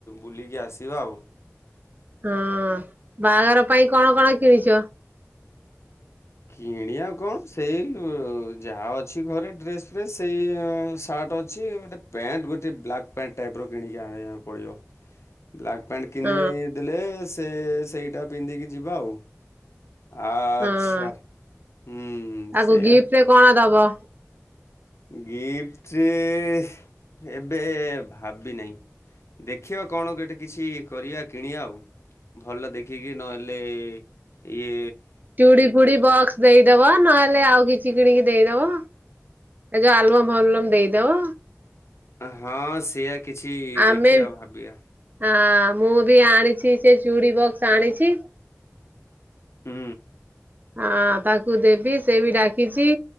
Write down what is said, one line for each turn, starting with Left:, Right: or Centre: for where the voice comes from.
Left: ବୁଲିକି ଆସିବା ଆଉ।
Right: ହଁ ବାହାଘର ପାଇଁ କଣ-କଣ କିଣିଚ?
Left: କିଣିବା କଣ ସେଇ ଯାହା ଅଛି ଘରେ ଡ୍ରେସ୍ ଫ୍ରେସ୍ ସେଇ ସାର୍ଟ ଅଛି ଗୋଟେ ପ୍ୟାଣ୍ଟ ଗୋଟେ ବ୍ଲାକ୍ ପ୍ୟାଣ୍ଟ ଟାଇପ୍ ର କିଣିକି ଆଣିବାକୁ ପଡ଼ିବ।
Right: <inaudible>
Left: ବ୍ଲାକ୍ ପ୍ୟାଣ୍ଟ କିନିଦେଲେ
Right: ହଁ
Left: ସେ ସେଇଟା ପିନ୍ଧିକି ଯିବା ଆଉ। ଆଚ୍ଛା।
Right: ହଁ
Left: ହୁଁ
Right: ତାକୁ
Left: ସେଇଆ
Right: ଗିଫ୍ଟ୍ ରେ କଣ ଦବ?
Left: ଗିଫ୍ଟ୍ ରେ ଏବେ ଭାବିନାହିଁ। ଦେଖିବା କଣ ଗୋଟେ କିଛି କରିଆ କିଣିଆ ଆଉ। ଭଲ ଦେଖିକି ନହେଲେ ଇଏ
Right: ଚୁଡ଼ି ଫୁଡ଼ି ବକ୍ସ୍ ଦେଇଦବ ନହେଲେ ଆଉ କିଛି କିଣିକି ଦେଇଦବ। ଏ ଯଉ ଆଲବମ୍ ଭଲମ୍ ଦେଇଦବ।
Left: ହଁ ସେଇଆ କିଛି
Right: ଆମେ
Left: ଦେଖିବା ଭାବିବା।
Right: ହଁ ମୁଁ ବି ଆଣିଚି ସେ ଚୁଡି ବକ୍ସ୍ ଆଣିଚି।
Left: ହୁଁ।
Right: ଅଁ- ତାକୁଦେବି ସେ ବି ଡାକିଚି।